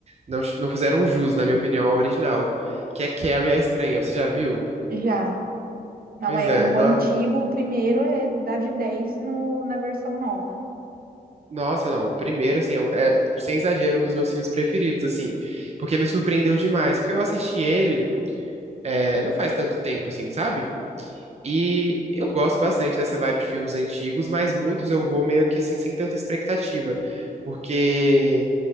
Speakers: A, on the right (about 40°); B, on the right (about 65°).
A: não, não fizeram jus, na minha opinião, ao original. Que é Carrie a Estranha, você já viu?
B: já. Não
A: Pois
B: é,
A: é,
B: o
A: nó-
B: antigo, o primeiro é dá de 10 no, na versão nova.
A: Nossa, não. O primeiro, assim, é, um- é, sem exagero, um dos meus filmes preferidos, assim. Porque me surpreendeu demais. Porque eu assisti ele, é, não faz tanto tempo, assim, sabe? E eu gosto bastante dessa vibe de filmes antigos, mas muitos eu vou meio que, assim, sem tanta expectativa. Porque,